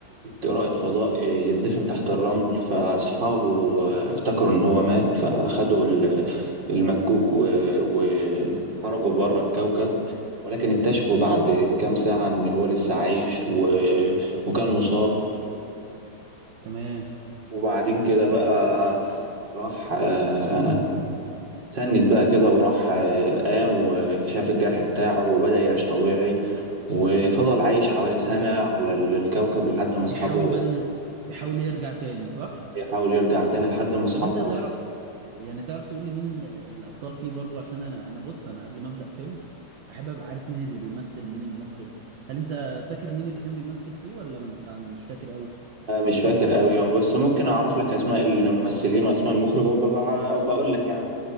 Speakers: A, on the right; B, on the right.
A: رائد فضاء يدفن تحت الرمل فأصحابه افتكروا إن هو مات فأخدوا ال- المكوك و- وخرجوا بره الكوكب ولكن اكتشفوا بعد كام ساعة إن هو لسه عايش و... وكان مصاب
B: تمام
A: وبعدين كده بقى راح آه، سند بقى كده وراح آه، قام وشاف الجرح بتاعه وبدأ يعيش طبيعي وفضل عايش حوالي سنة
B: تمام.
A: على الكوكب لحد ما أصحابه
B: بيحاول بقى إنه- بيحاول يرجع تاني صح
A: يحاول يرجع تاني لحد ما اصحابه
B: طب انت تعرف يعني تعرف تقول لي مين آه، الابطال فيه برضو عشان انا انا بص انا قبل ما ابدا فيلم احب ابقى عارف مين اللي بيمثل مين المخرج هل انت فاكر مين اللي كان بيمثل فيه ولا ما انت عن- مش فاكر قوي
A: آه، مش فاكر قوي يوم بس ممكن اعرف لك اسماء الممثلين واسماء المخرج وببقى بقول لك يعني